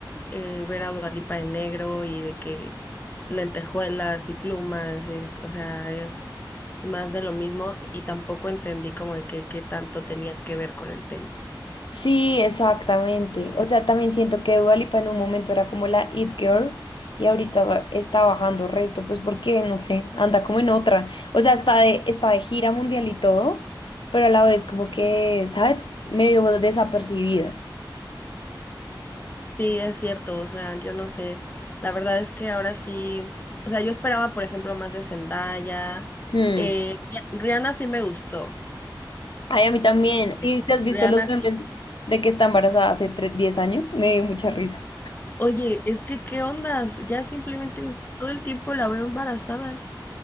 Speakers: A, on the left; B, on the left.
A: eh, ver a Dua Lipa en negro y de que lentejuelas y plumas, es, o sea, es, es más de lo mismo y tampoco entendí como de que qué tanto tenía que ver con el tema.
B: Sí, exactamente. O sea, también siento que Dua Lipa en un momento era como la it girl y ahorita ba- está bajando resto, pues porque, no sé, anda como en otra. O sea, está de, está de gira mundial y todo, pero a la vez como que, ¿sabes? Medio desapercibida.
A: Sí, es cierto, o sea, yo no sé, la verdad es que ahora sí, o sea, yo esperaba, por ejemplo, más de Zendaya,
B: Hmm.
A: eh, Ri- Rihanna sí me gustó,
B: Ay, a mí también.
A: eh,
B: ¿Y si has visto
A: Rihanna
B: los memes
A: sí.
B: de que está embarazada hace tre- 10 años? Me dio mucha risa.
A: Oye, es que, ¿qué ondas? Ya simplemente todo el tiempo la veo embarazada.